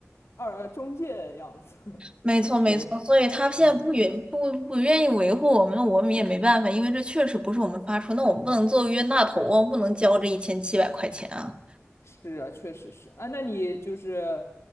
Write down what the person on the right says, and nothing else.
没错，没错，
所以他现在不愿不不愿意维护我们，
那我们也没办法，因为这确实不是我们发出，那我们不能做冤大头啊，不能交这一千七百块钱啊。